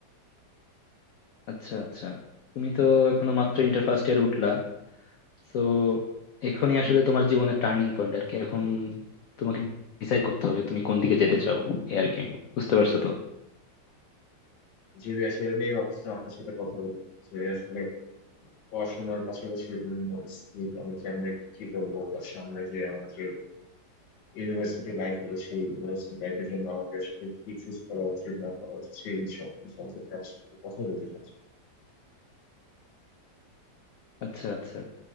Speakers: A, on the left (about 85°); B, on the left (about 70°).
A: আচ্ছা আচ্ছা তুমি তো এখনো মাত্র ইন্টার ফার্স্ট ইয়ার উঠলা তো এখনই আসলে তোমার জীবনের টার্নিং পয়েন্ট আর কি এখন তোমাকে ডিসাইড করতে হবে তুমি কোন দিকে যেতে চাও এই আর কি বুঝতে পারছো তো
B: যে বিষয় সেটা নিয়ে ভাবতেছি আপনার সাথে কথা বলি যে আসলে পড়াশোনার পাশাপাশি বিভিন্ন স্কিল আমি কেমনে কি করবো বা সামনে যে আমার যে ইউনিভার্সিটি লাইফ হবে সেই ইউনিভার্সিটি লাইফের জন্য আমাকে আসলে কি চুজ করা উচিত না করা উচিত সেই সব সম্পর্কে আপনার সাথে একটু কথা বলতে চাচ্ছি
A: আচ্ছা আচ্ছা